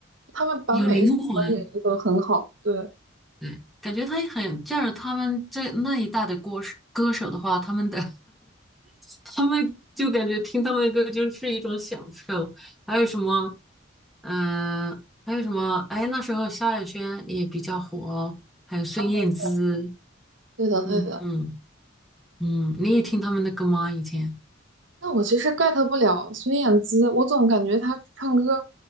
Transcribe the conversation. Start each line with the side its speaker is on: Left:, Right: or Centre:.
Right: 他们把每一首歌演绎得很好。
Centre: 有灵魂，
Right: 对，
Centre: 对，感觉他也很，就是他们这那一代的歌手歌手的话，他们的他们就感觉听他们的歌就是一种享受。还有什么，嗯、还有什么？哎，那时候萧亚轩也比较火，还有孙燕姿，
Right: 嗯，对的，
Centre: 嗯嗯
Right: 对的。
Centre: 嗯，你也听他们的歌吗？以前？
Right: 但我其实 get 不了孙燕姿，我总感觉她唱歌